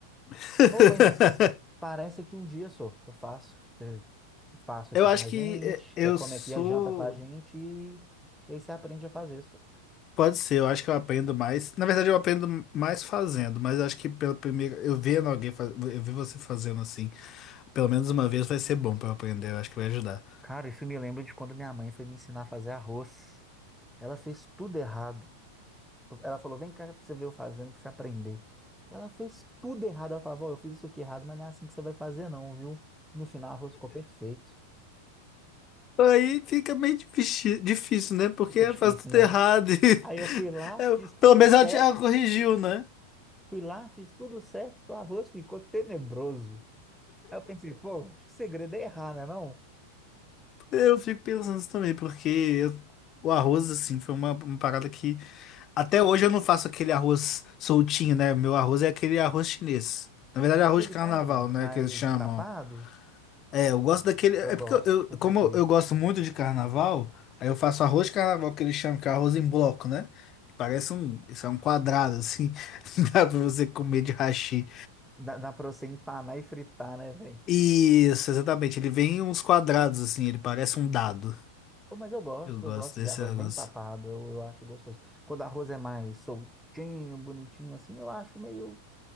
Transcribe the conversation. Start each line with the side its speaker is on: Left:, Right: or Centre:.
Left: <laughs>
Centre: Oh, mas parece que um dia só eu faço. Você- Faço
Left: Eu
Centre: aqui
Left: acho
Centre: pra
Left: que
Centre: gente.
Left: é, eu
Centre: Você come
Left: sou.
Centre: aqui a janta com a gente e, e aí você aprende a fazer.
Left: Pode ser, eu acho que eu aprendo mais. Na verdade, eu aprendo mais fazendo, mas eu acho que pela primeira. Eu vendo alguém, faz... eu vi você fazendo assim, pelo menos uma vez vai ser bom pra eu aprender, eu acho que vai ajudar.
Centre: Cara, isso me lembra de quando minha mãe foi me ensinar a fazer arroz. Ela fez tudo errado. Ela falou: vem cá pra você ver eu fazendo, pra você aprender. Ela fez tudo errado. Ela falava: "Ó, eu fiz isso aqui errado, mas não é assim que você vai fazer, não, viu? No final, o arroz ficou perfeito.
Left: Aí fica meio difícil, difícil, né? Porque
Centre: Fica difícil,
Left: faz tudo
Centre: né?
Left: errado. e-
Centre: Aí
Left: <laughs>
Centre: eu fui lá,
Left: Eu-
Centre: fiz tudo
Left: pelo menos
Centre: certo.
Left: ela, te- ela corrigiu, né?
Centre: Fui lá, fiz tudo certo. O arroz ficou tenebroso. Aí eu pensei: pô, acho que o segredo é errar, né? Não?
Left: Eu fico pensando isso também, porque eu- o arroz, assim, foi uma, uma parada que. Até hoje eu não faço aquele arroz soltinho, né? Meu arroz é aquele arroz chinês. Na verdade,
Centre: Aquele
Left: arroz de carnaval,
Centre: mais,
Left: né?
Centre: mais
Left: Que eles chamam.
Centre: empapado,
Left: É, eu gosto daquele. É
Centre: eu gosto,
Left: porque eu, eu-
Centre: eu prefiro.
Left: como eu, eu gosto muito de carnaval, aí eu faço arroz de carnaval que eles chamam que é arroz em bloco, né? Parece um, isso é um quadrado assim, <laughs> dá pra você comer de hashi.
Centre: Dá, dá pra você empanar e fritar, né, velho?
Left: Isso, exatamente. Ele vem em uns quadrados assim, ele parece um dado.
Centre: Pô, mas eu gosto,
Left: Eu gosto
Centre: eu gosto
Left: desse
Centre: de arroz
Left: negócio.
Centre: bem papado, eu, eu acho gostoso. Quando arroz é mais soltinho, bonitinho assim, eu acho meio.